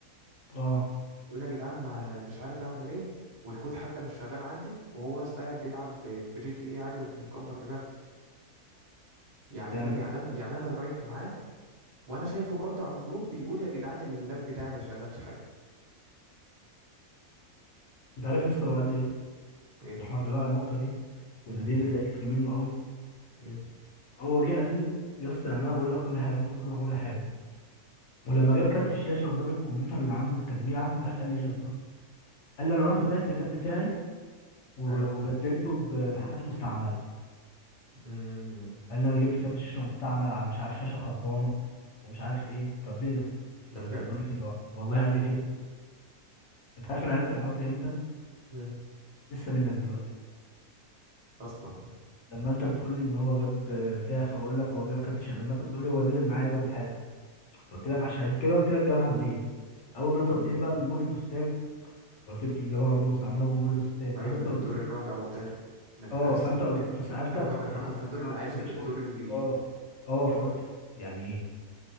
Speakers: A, on the left; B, on the right.
A: اه
B: يقول يا جدعان ما مش عارف اعمل ايه والكود حتى مش شغال عندي وهو يا اسطى قاعد بيلعب في جي تي ايه عادي ومكبر دماغه يعني
A: يعني
B: فاهم
A: ب-
B: يعني انا يعني انا اللي رايح معاه وانا شايفه برضه على الجروب بيقول يا جدعان اللاب بتاعي ما يشغلش حاجه
A: انت عارف يا اسطى هو قال لي إيه؟
B: ايه
A: الحوار ده بقى النقطه دي واللي
B: مم.
A: دي اللي ضايقتني منه قوي
B: ايه
A: هو جه قال لي يا اسطى يعني انا بقول لك كل حاجه وانت بتقول لي كل حاجه ولما جاب كارت الشاشه وجاب الكمبيوتر اللي عنده التجميعه عارف قال لي إيه
B: مم.
A: يا اسطى قال لي انا رحت
B: قال
A: بعت
B: له،
A: اللاب بتاعي وب-
B: ايه
A: وبدلته ب- بحاجات مستعمله
B: امم
A: قال لي انا جبت كارت شاشه مستعمل على مش عارف شاشه خربانه ومش عارف ايه طب ليه يا اسطى طب
B: ده بجد
A: انت بتقول لي كده بقى والله قال لي كده انت عارف انا عرفت الحوار ده امتى
B: مم.
A: لسه منك دلوقتي
B: اصلا
A: لما انت بتقول لي ان هو جاب بتاع فبقول لك هو جاب كارت شاشه لما انت بتقول لي هو نزل معايا جاب الحاجه فقلت لك عشان عشان كده قلت لك جابها منين اول ما انت
B: ايوه
A: قلت لي بقى من مول البستان قلت يمكن جابها برضه مستعمله من مول البستان
B: أيوة
A: رحت انت
B: من
A: قلت
B: الدور
A: لي
B: الرابع والتالت لكن
A: اه
B: لا يصلح
A: فانت
B: <laughs> مكان.
A: قلت فسالتك
B: أنا كنت
A: قلت
B: أنا
A: لي
B: كنت في الدور
A: انا بقى
B: العاشر
A: من فكره شوب
B: الدور الجديد
A: اه اه فقلت يعني ايه